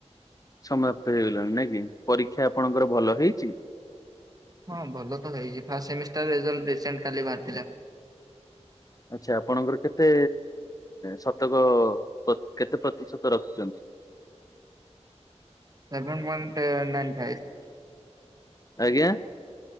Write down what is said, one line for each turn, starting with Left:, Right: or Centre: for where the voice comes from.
Left: ସମାପ୍ତ ହେଇଗଲାଣି ନାଇଁ କି ପରୀକ୍ଷା ଆପଣଙ୍କର ଭଲ ହେଇଚି?
Right: ହଁ ଭଲ ତ ହେଇଚି ଫାଷ୍ଟ ସେମିଷ୍ଟାର ରେଜଲ୍ଟ କାଲି ରିସେଣ୍ଟ ବାହାରିଥିଲା।
Left: ଆଛା ଆପଣଙ୍କର କେତେ ଶତକ ପ କେତେ ପ୍ରତିଶତ ରଖିଚନ୍ତି?
Right: Seven point nine five.
Left: ଆଜ୍ଞା।